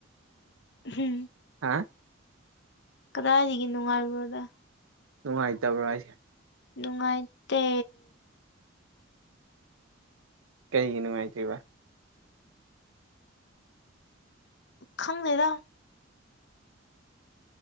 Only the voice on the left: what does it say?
ꯍꯨꯝ
ꯀꯗꯥꯏꯗꯒꯤ ꯅꯨꯡꯉꯥꯏꯕꯅꯣꯗ
ꯅꯨꯡꯉꯥꯏꯇꯦ
ꯈꯪꯗꯦꯗ